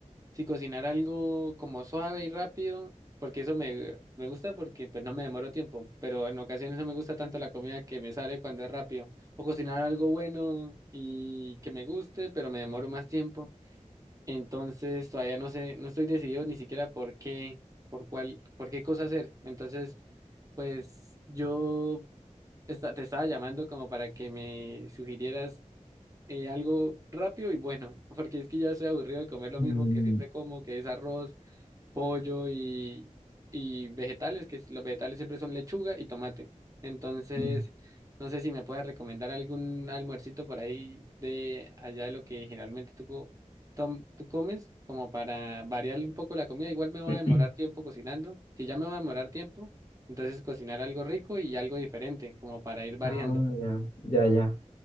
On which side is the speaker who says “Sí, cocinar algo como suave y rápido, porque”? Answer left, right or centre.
Right